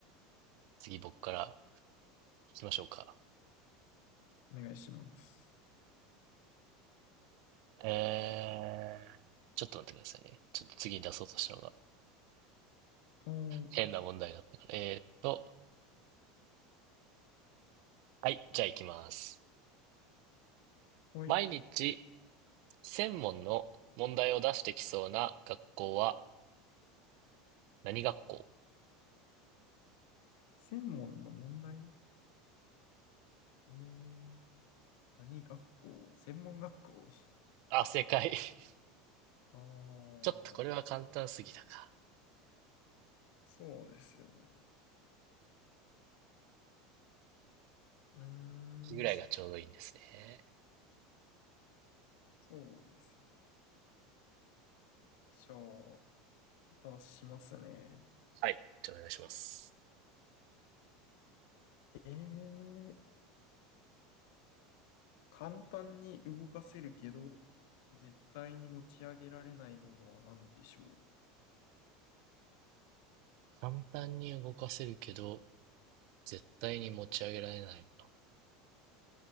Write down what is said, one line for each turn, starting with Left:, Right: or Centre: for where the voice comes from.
Right: 次僕から行きましょうか。
Left: お願いします。
Right: えー、ちょっと待ってくださいね。ちょっと次に出そうとしたのが
Left: おー、
Right: 変な問題だったから。えーっと、はい、じゃあ行きます。
Left: はい。
Right: 毎日専門の問題を出してきそうな学校は何学校
Left: 専門の問題えー、何学校専門学校
Right: あ、正解。<laughs>
Left: ああー、
Right: ちょっとこれは簡単すぎたか。
Left: そうですよね。うーん、
Right: 秋ぐらいがちょうどいいんですね。
Left: そうですね。じゃあ、出しますね。
Right: はい。じゃあお願いします。
Left: えー、簡単に動かせるけど、絶対に持ち上げられないものは何でしょ
Right: 簡単に動かせるけど、絶対に持ち上げられないもの。